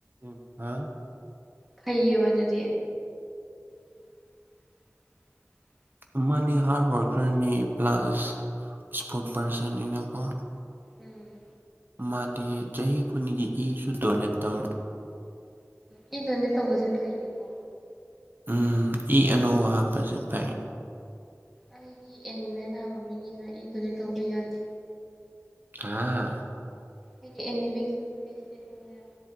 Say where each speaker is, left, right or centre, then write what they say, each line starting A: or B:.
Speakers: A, on the right (about 40°); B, in the centre.
A: ꯎ ꯍꯥꯥ
B: ꯐꯩꯌꯦꯕ ꯑꯗꯨꯗꯤ <inaudible>
A: ꯑꯃꯗꯤ ꯍꯥꯔꯗ ꯋꯥꯔꯀꯔꯅꯤ ꯄ꯭ꯂꯁ ꯏꯁꯄꯣꯔꯠ ꯄꯥꯔꯁꯟꯅꯤꯅꯀꯣ
B: ꯎꯝ
A: ꯃꯥꯗꯤ ꯆꯍꯤ ꯈꯨꯅꯤꯒꯤ ꯏꯁꯨ ꯗꯣꯅꯦꯠ ꯇꯧꯔꯦ
B: ꯎ ꯏꯗꯅ ꯇꯧꯕꯁꯦ ꯐꯩꯌꯦꯀꯣ
A: ꯎꯝ ꯏ ꯑꯅꯧ ꯑ ꯍꯥꯄꯁꯦ ꯐꯥꯏ
B: ꯑꯩꯗꯤ ꯑꯦꯅꯤꯃꯦ ꯅꯥꯕ ꯃꯤꯅꯤꯅ ꯑꯩꯗꯨꯅꯦ ꯇꯧꯕ ꯌꯥꯗꯦ
A: ꯑꯥ
B: ꯑꯩꯗꯤ ꯑꯦꯅꯤꯃꯤꯛꯁ ꯄꯦꯁꯟꯅ